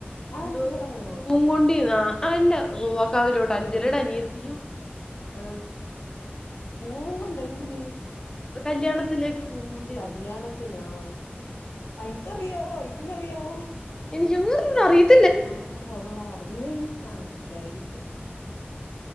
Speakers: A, on the left; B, on the left.
A: ആഹ്
B: എന്തോ
A: ഇവരിറങ്ങോ
B: പൂവും കൊണ്ട് ചെന്നോ, അല്ല <unintelligible> അഞ്ജലിയുടെ അനി അയ്യോ
A: ആഹ് പോകുന്നുണ്ടോ എന്തിന്
B: കല്യാണത്തിലേക്ക് പൂങ്കോണ്ടി
A: ഓ
B: ചെന്നു
A: കല്യാണത്തിനോ. ഇത് അറിയാവോ ഇതിന് അറിയാവോ.
B: എനിക്കൊന്ന് അറിഞ്ഞുകൂടാ.
A: ആങ്ങളോടുള്ളതറിഞ്ഞ്. ആഹ് അതായിരിക്കും.